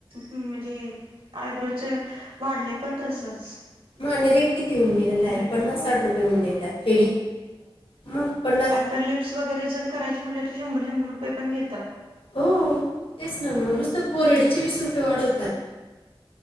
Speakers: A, on the right (about 80°); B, on the left (about 80°).
A: म्हणजे आयब्रोच वाढलय पण तसच.
B: माणे रेट किती होऊन घे लाय
A: रेट
B: पन्नास,
A: हा.
B: साठ रुपये होऊन गेलाय, फे मग पन्नास.
A: पर लिप्स वगैरे जर करायची म्हणलीस, तर शंभर शंभर रुपये पण घेतात.
B: हो, तेच ना म्हणूस तर फोरेडचे वीस रुपये वाढवतात.